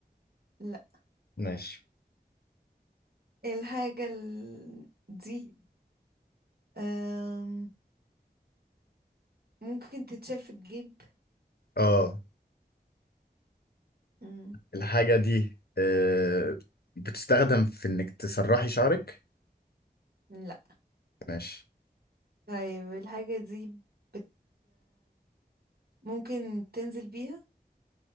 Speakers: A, on the right; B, on the left.
A: لا
B: ماشي
A: الحاجة ال... دي أم... ممكن تتشال في الجيب
B: اه
A: مم.
B: الحاجة دي آه بتستخدم في انك تسرحي شعرك
A: لا
B: ماشي
A: طيب الحاجة دي بت ممكن تنزل بيها